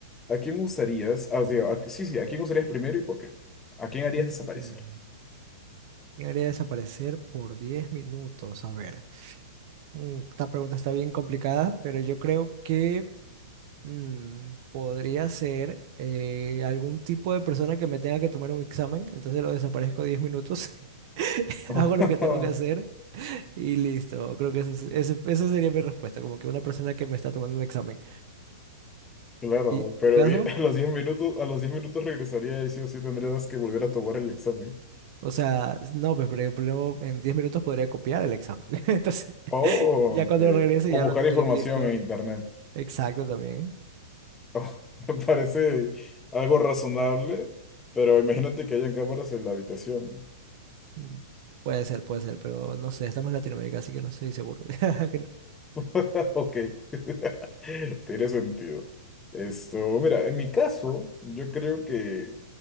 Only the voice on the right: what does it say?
Mm,
¿Quién haría desaparecer por 10 minutos? A ver. mm, Esta pregunta está bien complicada, pero yo creo que Mm, podría ser eh, algún tipo de persona que me tenga que tomar un examen, entonces lo desaparezco 10 minutos, <laughs>
hago lo que tengo que hacer y listo. Creo que eso es- ese, esa sería mi respuesta, como que una persona que me está tomando un examen.
¿Y en
tu caso?
O sea, no, pues pero el problema en 10 minutos podría copiar el examen. <laughs> Entonces,
ya cuando
regrese
ya
lo tendría
listo.
Exacto también.
Mm, Puede ser, puede ser, pero no sé, estamos en Latinoamérica, así que no estoy seguro. <laughs> Que